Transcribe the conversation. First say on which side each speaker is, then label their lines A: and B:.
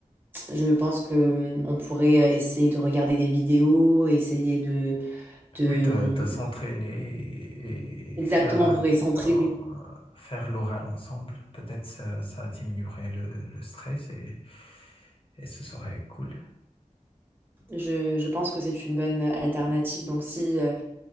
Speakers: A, on the right; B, on the left.
A: je pense que hum, on pourrait euh, essayer de regarder des vidéos, essayer de, de
B: Oui, de, de
A: hum,
B: s'entraîner et,
A: exactement,
B: et faire, euh,
A: on pourrait s'entraider.
B: euh, faire l'oral ensemble. Peut-être ça, ça diminuerait le, le stress et, et ce serait cool.
A: Je, je pense que c'est une bonne euh, alternative. Donc si, euh,